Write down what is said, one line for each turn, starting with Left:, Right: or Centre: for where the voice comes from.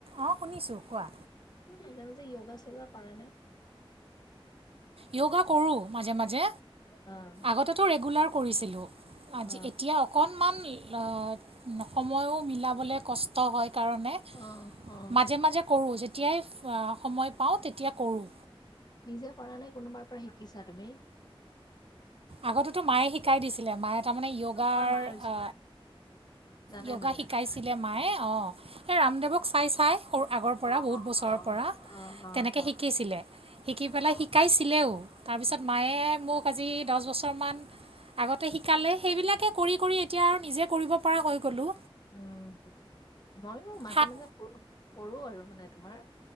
Right: অ', শুনিছোঁ কোৱা।
Left: তুমি মাজে মাজে য়াগা চিয়গা কৰা নে?
Right: য়োগা কৰো মাজে মাজে।
Left: অ'।
Right: আগতেটো ৰেগুলাৰ কৰিছিলোঁ, আজি
Left: অ
Right: এতিয়া অকণমান অ', সময়ো মিলাবলৈ কষ্ট হয় কাৰণে।
Left: অ', অ'।
Right: মাজে মাজে কৰোঁ, যেতিয়াই সময় পাওঁ তেতিয়া কৰোঁ।
Left: নিজে কৰা নে, কোনোবাৰ পৰা শিকিছা তুমি?
Right: আগতেতো মায়ে শিকাই দিছিলে, মায়ে তাৰমানে য়োগাৰ
Left: তোমাৰ মায়ে
Right: আ
Left: জানে
Right: য়োগা
Left: মানে
Right: শিকাইছিলে
Left: তোমাৰ
Right: মায়ে, অ', এই ৰামদেৱক চাই চাই সৰু আগৰ পৰা,
Left: অ অ
Right: বহুত বছৰৰ
Left: অ
Right: পৰা,
Left: অ অ
Right: তেনেকে
Left: অ অ
Right: শিকিছিলে, শিকি পেলাই
Left: অ
Right: শিকাইছিলেও, তাৰপিছত মায়ে মোক আজি পাঁচ বছৰমান আগতে শিকালে, সেইবিলাকে কৰি কৰি এতিয়া আৰু নিজে কৰিব পৰা হৈ গ'লোঁ।
Left: উম, ময়ো মাজে
Right: হাত
Left: মাজে কৰোঁ, কৰোঁ আৰু মানে তোমাৰ।